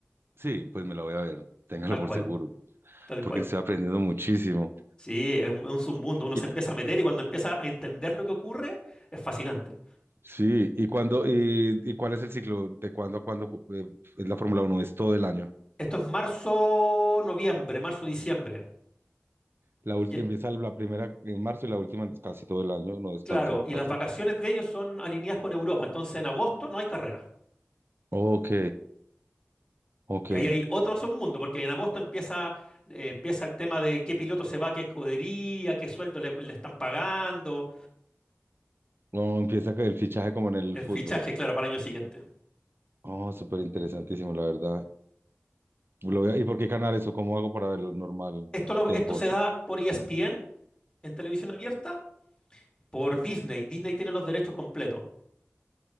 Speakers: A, on the right; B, on the left.
A: Sí, pues me la voy a ver, téngalo
B: tal
A: por
B: cual,
A: seguro,
B: tal
A: porque
B: cual.
A: estoy aprendiendo muchísimo.
B: Sí, es un, es un submundo. Uno
A: Y,
B: se
A: cu-
B: empieza a meter y cuando empieza a entender lo que ocurre, es fascinante.
A: sí, y cuándo, y, y cuál es el ciclo, de cuándo a cuándo ju- eh, es la Fórmula Uno? es todo el año.
B: Esto es marzo, noviembre, marzo, diciembre.
A: La última
B: Y-
A: empieza la primera en marzo y la última es casi todo el año, no descansan
B: claro, y
A: casi.
B: las vacaciones de ellos son alineadas con Europa. Entonces en agosto no hay carrera.
A: Ok, ok.
B: Y ahí hay otro submundo, porque en agosto empieza, eh, empieza el tema de qué piloto se va, qué escudería, qué sueldo le le están pagando,
A: No, empieza que el fichaje como en el
B: el
A: fútbol.
B: fichaje, claro, para el año siguiente.
A: Oh, súper interesantísimo, la verdad. Lo voy a- ¿Y por qué canales o cómo hago para verlo normal
B: Esto, lo-
A: de
B: esto
A: deporte?
B: se da por ESPN en televisión abierta, por Disney. Disney tiene los derechos completos.